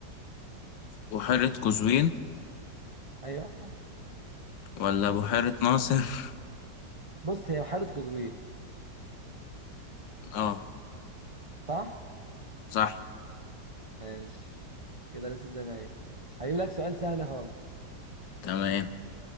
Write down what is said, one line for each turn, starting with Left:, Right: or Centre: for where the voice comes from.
Left: بحيرة قزوين
Right: أيوه
Left: ولا بحيرة ناصر
Right: بص هي بحيرة قزوين
Left: <laughs> اه
Right: صح؟
Left: صح
Right: ماشي كده لسه زي ما هي هجيب لك سؤال سهل خالص
Left: تمام